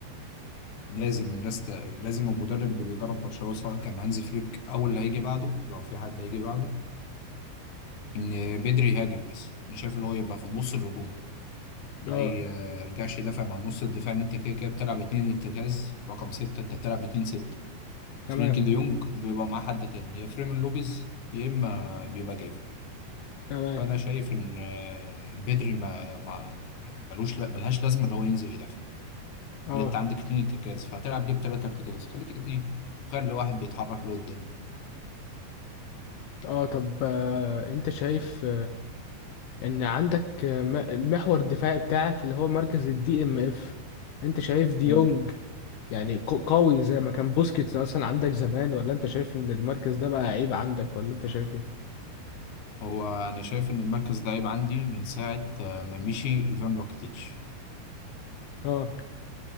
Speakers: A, on the left; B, on the left.
A: لازم الناس ت... لازم المدرب اللي بيدرب برشلونه سواء كان هانزي فليك او اللي هيجي بعده لو في حد هيجي بعده <clears throat> ان بدري يهاجم بس انا شايف اللي هو يبقى في النص الهجومي ما
B: اه
A: يرجعش يدافع مع نص الدفاع ان انت كده كده بتلعب اتنين ارتكاز رقم ستة انت بتلعب اتنين ستة
B: تمام
A: فرينkie دي يونج بيبقى معاه حد تاني يا فريمين لوبيز يا اما بيبقى جافي
B: تمام
A: فانا شايف ان آه، بدري ما ما يعني ملوش لا ملهاش لازمه ان هو ينزل يدافع
B: اه
A: لأن انت عندك اتنين ارتكاز فهتلعب بيه بتلات ارتكاز خليك اتنين خلي واحد بيتحرك لقدام
B: اه طب آه، انت شايف ان عندك م- المحور الدفاعي بتاعك اللي هو مركز الدي ام اف انت شايف ديونج
A: مم.
B: يعني ق- قوي زي ما كان بوسكيتس مثلا عندك زمان ولا انت شايف ان المركز ده بقى عيب عندك ولا انت شايف ايه
A: هو انا شايف ان المركز ده عيب عندي من ساعه آه، ما مشي ايفان روكيتيتش
B: اه